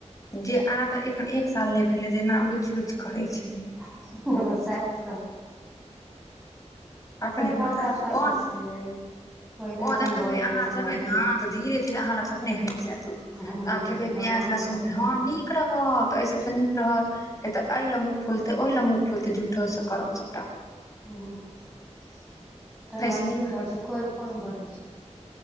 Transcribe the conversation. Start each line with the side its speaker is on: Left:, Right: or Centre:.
Left: जे अहाँ केँ एखन एक साल नै भेलै जेना ओ लुच लुच करय छैय
Centre: <unintelligible>
Left: अपने
Centre: काइल हमरा
Left: पता छै
Centre: तामस
Left: आओर
Centre: चेढ़ जाइए ओहि
Left: ओ
Centre: एखन
Left: देखबै
Centre: भऽ जाइ
Left: अहाँ
Centre: छै हमरा
Left: जेबै
Centre: दुनू
Left: ने तऽ धीरे धीरे अहाँ लग स अपने हइट जायत ओ अहाँ
Centre: भने हटि
Left: खेबे
Centre: जेतै भगवान
Left: प्याज लहसुन
Centre: करऽ
Left: ह निक नीक रहत ऐ सब स नीक रहत नै तऽ ये लए मुँह फूलते ओय लए मुँह फुलते झूठों स करत सबटा
Centre: हँ <inaudible> तहिमे
Left: ताहिसँ
Centre: अथियो
Left: नीक हटि
Centre: बड़ छै कोईरपन बड्ड छै